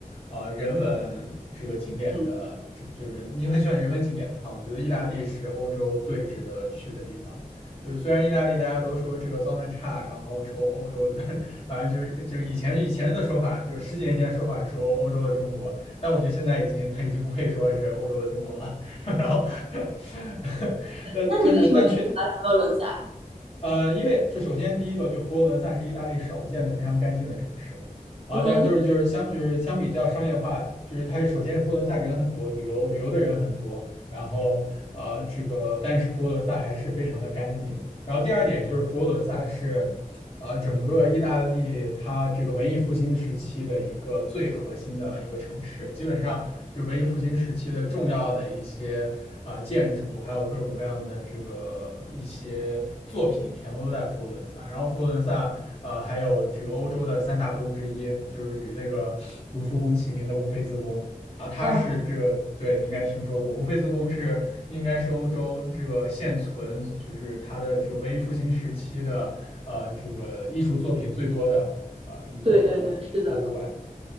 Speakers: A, on the left; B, on the right.
A: 啊、人文这个景点的，
B: 嗯，
A: 就就人你很喜欢人文景点的话，我觉得意大利是欧洲最值得去的地方。就是虽然意大利大家都说这个脏乱差，然后是欧欧洲的，反正就是就是以前以前的说法，就是十几年前的说法是欧欧洲的中国，但我觉得现在已经它已经不配说是欧洲的中国了。<laughs> 然后，<laughs> 那就是但却。
B: 那你为什么最喜欢佛罗伦萨？
A: 呃，因为这首先第一个，就佛罗伦萨是意大利少见的非常干净的城市啊，
B: 嗯
A: 但都是就是相就是相比较商业化，就是它首先佛罗伦萨人很多，旅游旅游的人很多，然后呃这个但是佛罗伦萨还是非常的干净。然后第二点就是佛罗伦萨是呃，整个意大利它这个文艺复兴时期的一个最核心的一个城市，基本上就是文艺复兴时期的重要的一些啊、建筑，还有各种各样的这个一些作品，全部都在佛罗伦萨。然后佛罗伦萨呃还有这个欧洲的三大宫之一，就是与那个卢浮宫齐名的乌菲兹宫。啊，它是这个，
B: 嗯，
A: 对，你应该听说过，乌菲兹宫是应该是欧洲这个现存，就是它的这个文艺复兴时期的呃这个艺术作品最多的呃一个博物馆。
B: 对对对，是的，